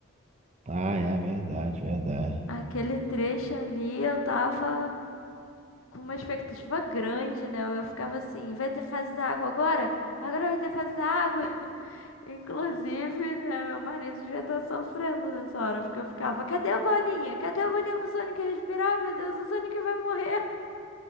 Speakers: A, on the right; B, on the left.
A: Ah, é verdade, verdade.
B: Aquele trecho ali eu tava com uma expectativa grande, né? Eu ficava assim, vai ter fase da água agora? Agora vai ter fase da água. <laughs> Inclusive, né, meu marido devia estar sofrendo nessa hora, porque eu ficava, cadê a bolinha? Cadê a bolinha pro Sonic respirar? Meu Deus, o Sonic vai morrer. <laughs>